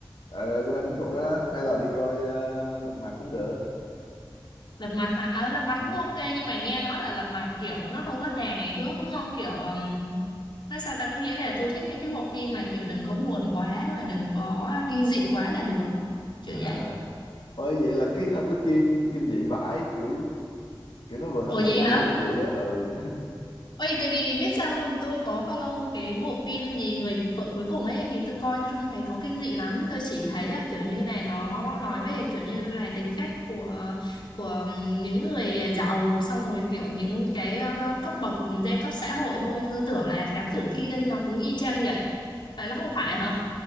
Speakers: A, on the left; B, on the left.
A: ờ, cũng đang tính ngủ đó hay là đi coi ờ, Lật Mặt cũng được
B: Lật mặt hả? À, lật mặt
A: ừ.
B: cũng ok nhưng mà nghe nói là lật mặt kiểu nó không có hài hước đúng không? Kiểu ừm, nói sao ta có nghĩa là tôi thích những cái bộ phim mà kiểu đừng có buồn quá mà đừng có kinh dị quá là được. Kiểu
A: à
B: vậy.
A: ôi vậy là cái thám tử Kiên kinh dị vãi kiểu kiểu nó vừa thám
B: Ủa
A: tử
B: vậy
A: mà
B: hả?
A: nó vừa kinh dị á ừ <laughs>
B: Ôi, tại vì biết sao không, tôi có follow cái bộ phim gì Người vợ cuối cùng ấy thì tôi coi tôi không thấy có kinh dị lắm, tôi chỉ thấy là kiểu như này nó nói về kiểu như là tính cách của của những người giàu xong rồi kiểu những cái ờ, cấp bậc giai cấp xã hội thôi, tôi tưởng là Thám Tử Kiên nó cũng y chang vậy. Vậy nó không
A: Ừ,
B: phải hả?